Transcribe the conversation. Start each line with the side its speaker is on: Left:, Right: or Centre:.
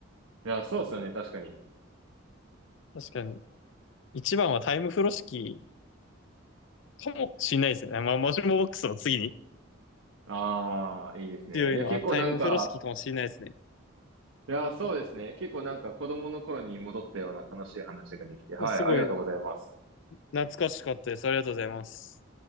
Right: いや、そうですよね。確かに。
Left: 確かに。一番はタイム風呂敷かもしれないですよね。まあ、もしもボックスを次に。
Right: ああ、いいですね。
Left: 強いのはタイム風呂敷かもしれないですね。
Right: いや、結構なんか、いやー、そうですね。結構なんか子供の頃に戻ったような楽しい話ができて、はい、
Left: すごい
Right: ありがとうございます。
Left: 懐かしかったです。ありがとうございます。